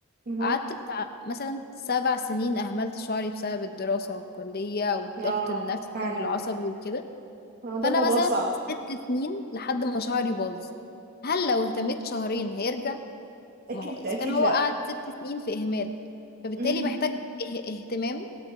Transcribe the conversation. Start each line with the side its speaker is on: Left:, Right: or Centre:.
Right: اها
Left: قعدت بتاع مثلا سبع سنين أهملت شعري بسبب الدراسة والكلية والضغط
Right: آه
Left: النفسي
Right: فعلا
Left: والعصبي وكده
Right: آه آه، ده
Left: فأنا
Right: موضوع
Left: مثلا
Right: صعب
Left: ست سنين لحد ما شعري باظ هل لو اهتميت شهرين هيرجع؟
Right: أكيد
Left: ما هو إذا
Right: أكيد
Left: كان هو
Right: لأ
Left: قعد ست سنين في إهمال فبالتالي
Right: امم
Left: محتاج اه- اهتمام